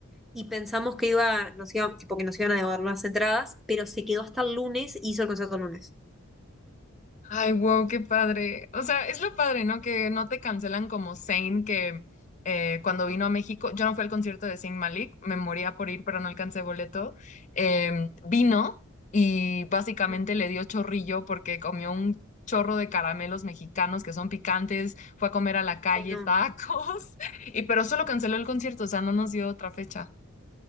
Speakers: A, in the centre; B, on the left.
A: y pensamos que iba, nos iba, tipo, que nos iban a devolver las entradas, pero se quedó hasta el lunes y hizo el concierto el lunes.
B: Ay, wow, qué padre. O sea, es lo padre, ¿no? Que no te cancelan como Zayn, que eh, cuando vino a México, yo no fui al concierto de Zayn Malik, me moría por ir, pero no alcancé boleto. Em, vino y básicamente
A: Mm,
B: le dio chorrillo porque comió un chorro de caramelos mexicanos que son picantes, fue a comer a la calle
A: Ay, no.
B: tacos, <laughs> y pero solo canceló el concierto, o sea, no nos dio otra fecha.